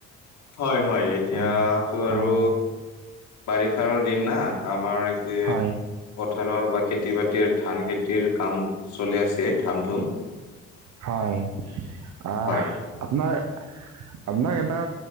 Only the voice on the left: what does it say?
হ'য়, হ'য় এতিয়াটো
আৰু
বাৰিষাৰ দিন না। আ মাৰ এতি
পথাৰৰ বা খেতি-বাতিৰ ধান খেতিৰ কাম চলি আছে ধাম-ধূম।
হয়,